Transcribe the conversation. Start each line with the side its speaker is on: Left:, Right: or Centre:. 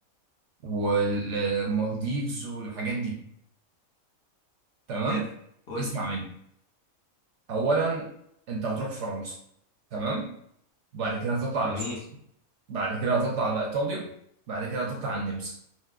Right: والمالديفز والحاجات دي تمام
Left: حلو قول
Right: اسمع
Left: لي
Right: مني اولا انت هتروح فرنسا تمام وبعد كده هتطلع على
Left: جميل
Right: سويسرا بعد كده هتطلع على ايطاليا بعد كده هتطلع على النمسا